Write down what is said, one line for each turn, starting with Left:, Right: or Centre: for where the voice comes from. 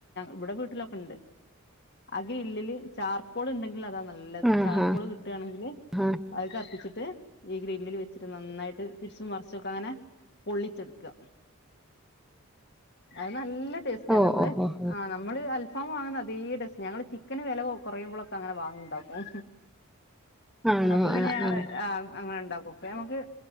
Left: ഇവടെ വീട്ടിലൊക്കെണ്ട് അതി ഗ്രില്ലില് ചാർക്കോള്ണ്ടെങ്കിൽ അതാ ന നല്ലത്
Centre: ആഹാ!
Left: ചാർകോള് കിട്ടാണെങ്കില്
Centre: ഹാ!
Left: അഹ് കത്തിച്ചിട്ട് ഈ ഗ്രില്ലില് വെച്ചിട്ട് നന്നായിട്ട് തിരിച്ചും മറിച്ചൊക്കെ അങ്ങനെ പൊള്ളിച്ചെടുക്ക. അത് നല്ല ടേസ്റ്റ
Centre: ഹാ ഓ
Left: നമ്മള്
Centre: ഓഹോഹോ!
Left: ആഹ് മ്മള് അൽഫാം വാങ്ങ്ന്ന അതേ ടേസ്റ്റ് ഞങ്ങള് ചിക്കന് വെല കൊ കൊറയുമ്പൊളൊക്കെ അങ്ങനെ വാങ്ങിണ്ടാകും.
Centre: ആണോ?
Left: അപ്പൊ പിന്നെ
Centre: ആ,
Left: ഞങ്ങള്
Centre: ആ.
Left: ആഹ് അങ്ങനെണ്ടാക്കും അപ്പൊ നമ്മക്ക്